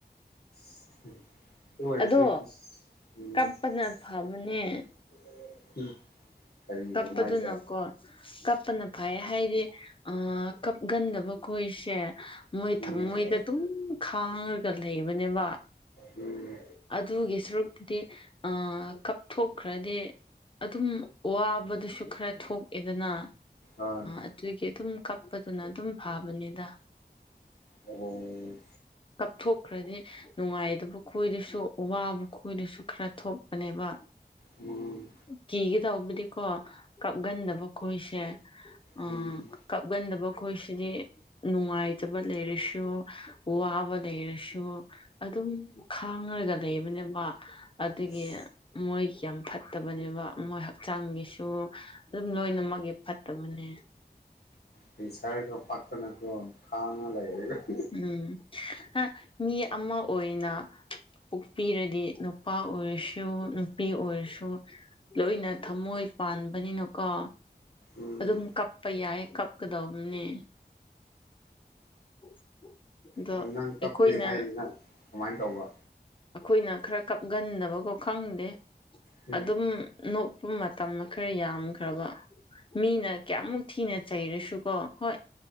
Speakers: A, on the left; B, on the left.
A: ꯑꯗꯨ ꯑꯣꯏꯔꯁꯨ
B: ꯑꯗꯣ
A: ꯑꯁ
B: ꯀꯞꯄꯅ ꯐꯕꯅꯦ
A: ꯎꯝ ꯎꯝ ꯀꯔꯤꯒꯤꯅꯣ
B: ꯀꯞꯄꯗꯨꯅꯀꯣ
A: ꯍꯥꯏꯁꯦ
B: ꯀꯞꯄꯅ ꯐꯩ ꯌꯦ ꯍꯥꯏꯗꯤ ꯑ ꯀꯞꯒꯟꯗꯕ ꯑꯈꯣꯏꯁꯦ ꯃꯣꯏ
A: ꯎꯝ
B: ꯊꯃꯣꯏꯗ ꯑꯗꯨꯝ ꯈꯥꯡꯉꯒ ꯂꯩꯕꯅꯦꯕ
A: ꯎꯝ
B: ꯑꯗꯨꯒꯤ ꯁꯔꯨꯛꯄꯨꯗꯤ ꯑꯥ ꯀꯞꯊꯣꯛꯈ꯭ꯔꯗꯤ ꯑꯗꯨꯝ ꯋꯥꯕꯗꯨꯁꯨ ꯈꯔ ꯊꯣꯛꯑꯦꯗꯅ
A: ꯑꯥ
B: ꯑꯗꯨꯒꯤ ꯑꯗꯨꯝ ꯀꯞꯄꯗꯨꯅ ꯑꯗꯨꯝ ꯐꯥꯕꯅꯤꯗ
A: ꯑꯣ
B: ꯀꯥꯞꯊꯣꯛꯈ꯭ꯔꯗꯤ ꯅꯨꯡꯉꯥꯏꯗꯕ ꯈꯣꯏꯗꯁꯨ ꯋꯥꯕ ꯈꯣꯏꯗꯁꯨ ꯈꯔ ꯊꯣꯛꯄꯅꯦꯕ
A: ꯎꯝ
B: ꯀꯤꯒꯦ ꯇꯧꯕꯗꯤꯀꯣ ꯀꯞꯒꯟꯗꯕ ꯈꯣꯏꯁꯦ ꯑ
A: ꯎꯝ
B: ꯀꯞꯒꯟꯗꯕ ꯑꯈꯣꯏꯁꯤꯗꯤ ꯅꯨꯡꯉꯥꯏꯇꯕ ꯂꯩꯔꯁꯨ ꯋꯥꯕ ꯂꯩꯔꯁꯨ ꯑꯗꯨꯝ ꯈꯥꯡꯉꯒ ꯂꯩꯕꯅꯦꯕ ꯑꯗꯨꯒꯤ
A: ꯑꯁ
B: ꯃꯣꯏꯒꯤ ꯌꯥꯝ ꯐꯠꯇꯕꯅꯦꯕ ꯃꯣꯏ ꯍꯛꯆꯥꯡꯒꯤꯁꯨ ꯑꯗꯨꯝ ꯂꯣꯏꯅꯃꯛꯒꯤ ꯐꯠꯇꯕꯅꯦ
A: ꯀꯦꯟꯁꯔꯒ ꯄꯛꯇꯅꯀꯣ ꯈꯉ ꯂꯩꯔꯒ
B: ꯎꯝ ꯃꯤ ꯑꯃ ꯑꯣꯏꯅ ꯄꯣꯛꯄꯤꯔꯗꯤ ꯅꯨꯄꯥ ꯑꯣꯏꯔꯁꯨ ꯅꯨꯄꯤ ꯑꯣꯏꯔꯁꯨ ꯂꯣꯏꯅ ꯊꯃꯣꯏ ꯄꯥꯟꯕꯅꯤꯅꯀꯣ
A: ꯎꯝ
B: ꯑꯗꯨꯝ ꯀꯞꯄ ꯌꯥꯏ ꯀꯞꯀꯗꯧꯕꯅꯦ <unintelligible>
A: ꯑꯗ ꯅꯪ ꯀꯞꯇꯦ
B: ꯑꯩꯈꯣꯏꯅ
A: ꯍꯥꯏꯁꯤꯅ ꯀꯃꯥꯏ ꯇꯧꯕ
B: ꯑꯩꯈꯣꯏꯅ ꯈꯔ ꯀꯞꯒꯟꯗꯕꯀꯣ ꯈꯪꯗꯦ
A: ꯎꯝ
B: ꯑꯗꯨꯝ ꯅꯣꯛꯄ ꯃꯇꯝ ꯈꯔ ꯌꯥꯝꯈ꯭ꯔꯕ ꯃꯤꯅ ꯀꯌꯥꯃꯨꯛ ꯊꯤꯅ ꯆꯩꯔꯁꯨꯀꯣ ꯍꯣꯏ